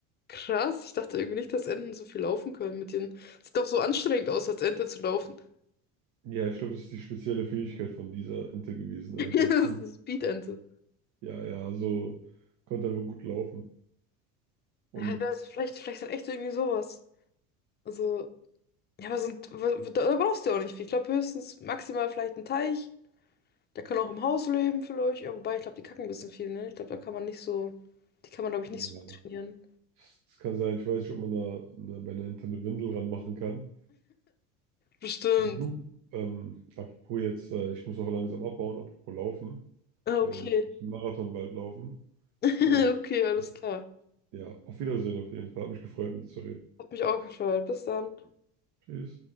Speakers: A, on the left; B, on the right.
A: Krass, ich dachte irgendwie nicht, dass Enten so viel laufen können mit ihren. Sieht doch so anstrengend aus, als Ente zu laufen. <laughs>
B: Ja, ich glaube, das ist die spezielle Fähigkeit von dieser Ente gewesen,
A: Das
B: einfach. Die konnte,
A: ist eine Speed-Ente.
B: ja, ja, also konnte einfach gut laufen. Und
A: Ja, das vielleicht, vielleicht dann echt irgendwie sowas. Also, ja, aber sind, wa- wa- da da brauchst du ja auch nicht viel. Ich glaube höchstens maximal vielleicht ein Teich. Der kann auch im Haus leben vielleicht. Ja, wobei, ich glaube, die kacken ein bisschen viel, ne? Ich glaube, da kann man nicht so, die kann man, glaube ich, nicht
B: ja,
A: so gut trainieren.
B: es es kann sein, ich weiß nicht, ob man da eine, bei einer Ente eine Windel ranmachen kann.
A: Bestimmt.
B: Aber du, ähm, apropos jetzt, äh, ich muss auch langsam abhauen, apropos laufen,
A: Ah,
B: weil
A: Okay.
B: ich muss einen Marathon bald laufen.
A: <laughs>
B: Und
A: Okay, alles
B: äh,
A: klar.
B: ja, auf Wiedersehen auf jeden Fall. Hat mich gefreut, mit dir zu reden.
A: Hat mich auch gefreut. Bis dann.
B: Tschüss.